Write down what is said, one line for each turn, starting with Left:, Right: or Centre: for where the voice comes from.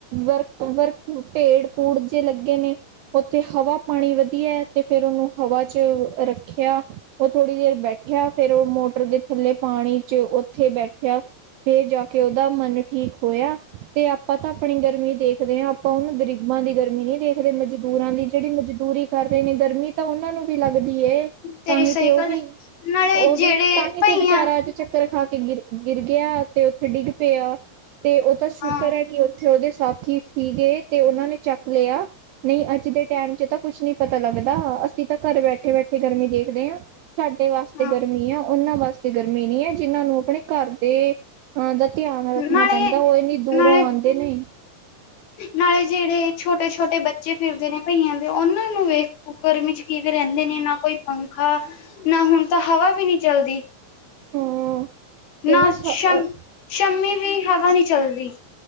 Right: ਵਰਕ -ਵਰਕ ਢੇੜ ਪੂੜ ਲੱਗੇ ਨੇ ਉੱਥੇ ਹਵਾ ਪਾਣੀ ਵਧੀਆ ਤੇ ਫਿਰ ਉਹਨੂੰ ਹਵਾ ਚ ਰੱਖ ਰੱਖਿਆ ਉਹ ਥੋੜ੍ਹੀ ਦੇਰ ਬੈਠਿਆ ਫਿਰ ਉਹ ਮੋਟਰ ਦੇ ਥੱਲੇ ਪਾਣੀ ਚ ਉੱਥੇ ਬੈਠਿਆ ਫੇਰ ਜਾ ਕੇ ਉਹਦਾ ਮਨ ਠੀਕ ਹੋਇਆ ਤੇ ਆਪਾਂ ਤਾਂ ਆਪਣੀ ਗਰਮੀ ਦੇਖਦੇ ਹਾਂ ਆਪਾਂ ਉਹਨੂੰ ਗ਼ਰੀਬਾਂ ਦੀ ਗਰਮੀ ਗਰਮੀ ਨਹੀ ਦੇਖਦੇ ਮਜ਼ਦੂਰਾਂ ਦੀ ਜਿਹੜੀ ਮਜ਼ਦੂਰੀ ਕਰ ਰਹੇ ਨੇ ਗਰਮੀ ਤਾਂ ਉਹਨਾਂ ਨੂੰ ਵੀ ਲੱਗਦੀ
Left: ਤੇਰੀ
Right: ਤਾਂਹੀ
Left: ਸਹੀ
Right: ਤੇ ਉਹ
Left: ਗੱਲ
Right: ਵੀ
Left: ਹੈ ਨਾਲੇ
Right: ਉਹ
Left: ਜਿਹੜੇ
Right: ਵੀ ਤਾਂਹੀ
Left: ਭਈਆਂ
Right: ਤੇ ਵਿਚਾਰਾ ਅੱਜ ਚੱਕਰ ਖਾ ਕੇ ਗਿਰੇ ਗਿਰ ਗਿਆ ਤੇ ਉੱਥੇ ਡਿੱਗ ਪਿਆ ਤੇ ਉਹ ਤਾਂ ਸ਼ੁਕਰ
Left: ਹਾਂ
Right: ਹੈ ਕਿ ਜਿੱਥੇ ਉਹਦੇ ਸਾਥੀ ਸੀਗੇ ਤੇ ਉਹਨਾਂ ਨੇ ਚੱਕ ਨਹੀਂ ਅੱਜ ਦੇ ਟਾਈਮ ਚ ਤਾਂ ਕੁੱਛ ਨੀ ਪਤਾ ਲੱਗਦਾ ਅਸੀਂ ਤਾਂ ਘਰ ਬੈਠੇ- ਬੈਠੇ ਗਰਮੀ ਦੇ ਦੇ ਹਾਂ ਸਾਡੇ ਵਾਸਤੇ
Left: ਹਾਂ
Right: ਗਰਮੀ ਆ ਉਹਨਾਂ ਵਾਸਤੇ ਗਰਮੀ ਨੀ ਹੈ ਜਿਹਨਾਂ ਨੂੰ ਆਪਣੇ। ਘਰ ਦੇ ਅਹ ਦਾ ਧਿਆਨ ਰੱਖਣਾ
Left: ਨਾਲੇ
Right: ਪੈਂਦਾ ਉਹ ਇੰਨੀ ਦੂਰੋਂ
Left: ਨਾਲੇ
Right: ਆਉਂਦੇ ਨੇ
Left: ਨਾਲੇ ਜਿਹੜੇ ਛੋਟੇ ਛੋਟੇ ਬੱਚੇ ਫਿਰਦੇ ਨੇ ਕਈਆਂ ਦੇ ਉਹਨਾਂ ਨੂੰ ਵੇਖ ਗਰਮੀ ਚ ਕੀਵੇ ਰਹਿੰਦੇ ਨੇ ਨਾ ਕੋਈ ਪੰਖਾ ਨਾ ਹੁਣ ਤਾਂ ਹਵਾ ਵੀ ਨਹੀ ਚਲਦੀ
Right: ਹਾਂ। ਤੇ
Left: ਨਾ ਸ਼
Right: ਹਾਂ
Left: ਸ਼ਮੀ ਵੀ ਹਵਾ ਨੀ ਚੱਲਦੀ